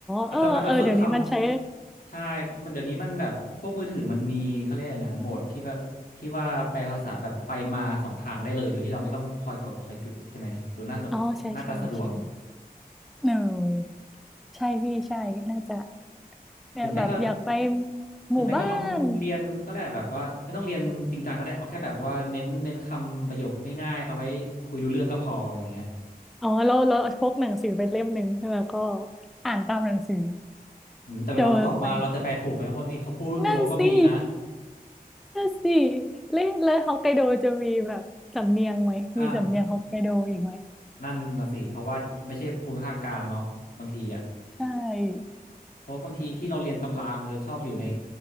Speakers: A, on the left; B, in the centre.
A: อาจจะอาจจะฝึกค
B: เออเออเดี๋ยวนี้มันใช้
A: ำใช่มันเดี๋ยวนี้มันแบบพวกมือถือมันมีเขาเรียกอะไรนะโหมดที่ว่าที่ว่าแปลภาษาแบบไปมาสองทางได้เลยโดยที่เราไม่ต้องคอยกดคอยกึดใช่ไหมดูน่าสนน่าจะสะดวก
B: อ๋อใช่ใช่ใช่เออใช่พี่ใช่น่าจะเนี่ยแบบอยากไป
A: หรือไม่ก็หรือไม่ก็ลองเรียนก็ได้แบบว่าไม่ต้องเรียนจริงจังก็ได้เอาแค่แบบว่าเน้นเน้นคำประโยคง่ายๆเอาไว้คุยรู้เรื่องก็พออะไรเงี้ย
B: หมู่บ้านอ๋อเราเราพกหนังสือไปเล่มหนึ่งแล้วก็อ่านตามหนังสือ
A: อืมแต่เวลาเขาตอบมาเราจะแปลถูกไหมเพราะบางที่เขาพูดรัวก็มีนะ
B: จะเวิร์กไหมนั่นสินั่นสิแล้วแลวฮอกไกโดจะมีแบบสำเนียงไหมมีสำเนียงฮอกไกโดอีกไหม
A: <laughs> อ่านั่นน่ะสิเพราะว่าไม่ใช่ภูมิภาคกลางเนาะบางทีอ่ะ
B: ใช่
A: เพราะบางทีที่เราเรียนตำรามันจะชอบอยู่ใน